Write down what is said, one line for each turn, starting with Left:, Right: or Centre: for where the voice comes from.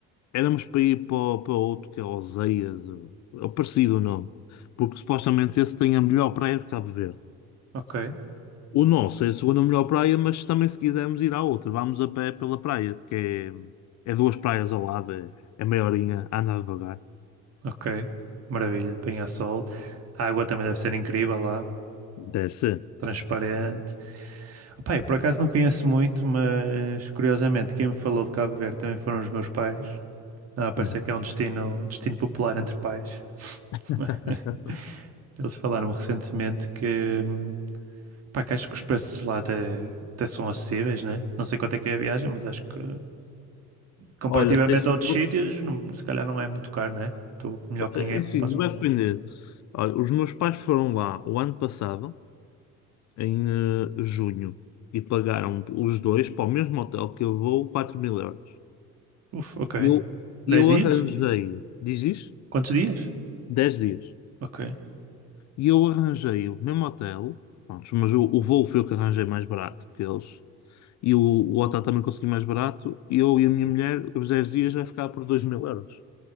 Left: éramos para ir para, o- para outro que é Oseias, ou- é parecido o nome, porque supostamente esse tem a melhor praia de Cabo Verde.
Right: ok,
Left: O nosso é a segunda melhor praia, mas também se quisermos ir à outra, vamos a pé pela praia, que é, é duas praias ao lado, é, é meia horinha a andar devagar.
Right: ok. Maravilha. Penha-Sol. A água também deve ser incrível lá.
Left: Deve ser.
Right: Transparente. Opá, eu por acaso não conheço muito, mas curiosamente quem me falou de Cabo Verde também foram os meus pais. Ah, parece
Left: Uhum.
Right: que é um destino, um destino popular entre pais.
Left: <laughs>
Right: <laughs> Eles falaram recentemente que, hum, pá, que acho que os preços lá até, até são acessíveis, né? Não sei quanto é que é a viagem, mas acho que comparativamente
Left: Olha, é assim,
Right: a outros
Left: eu vou-
Right: sítios, não- se calhar não é muito caro, né? Tu, melhor que
Left: é
Right: ninguém,
Left: assim,
Right: podes-me
Left: vai
Right: dizer.
Left: depender. Olha, os meus pais foram lá o ano passado, em eh, junho, e pagaram os dois para o mesmo hotel que eu vou 4 mil euros.
Right: Uf, ok.
Left: Eu, eu
Right: dez dias?
Left: arranjei, diz isso?
Right: Quantos dias?
Left: 10 dias.
Right: Ok.
Left: E eu arranjei o mesmo hotel, pronto, mas o, o voo foi o que arranjei mais barato que eles. E o, o hotel também consegui mais barato. E eu e a minha mulher, os 10 dias vai ficar por 2 mil euros.